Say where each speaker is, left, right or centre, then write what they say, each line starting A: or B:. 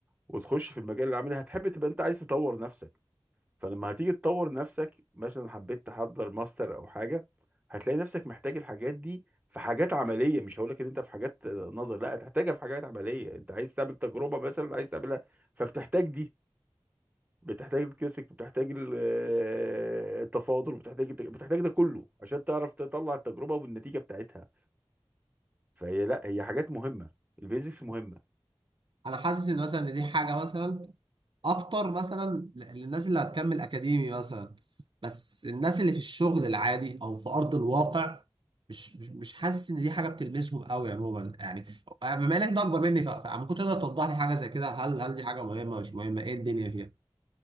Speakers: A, on the right (about 20°); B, on the right (about 75°).
A: وتخش في المجال العملي هتحب تبقى انت عايز تطور نفسك فلما هتيجي تطور نفسك مثلا حبيت تحضر ماستر او حاجه هتلاقي نفسك محتاج الحاجات دي في حاجات عمليه مش هقول لك ان انت في حاجات نظر لا هتحتاجها في حاجات عمليه انت عايز تعمل تجربه مثلا عايز تعملها فبتحتاج دي بتحتاج الكلاسيك بتحتاج ال- آه، التفاضل بتحتاج بتحتاج ده كله عشان تعرف تطلع التجربه والنتيجه بتاعتها فهي لا هي حاجات مهمه البيزكس مهمه
B: انا حاسس ان مثلا إن دي حاجه مثلا اكتر مثلا ل- للناس اللي هتكمل اكاديمي مثلا بس الناس اللي في الشغل العادي او في ارض الواقع مش مش مش حاسس ان دي حاجه بتلمسهم قوي عموما يعني بما انك ده اكبر مني ف- فممكن تقدر توضح لي حاجه زي كده هل هل دي حاجه مهمه مش مهمه ايه الدنيا فيها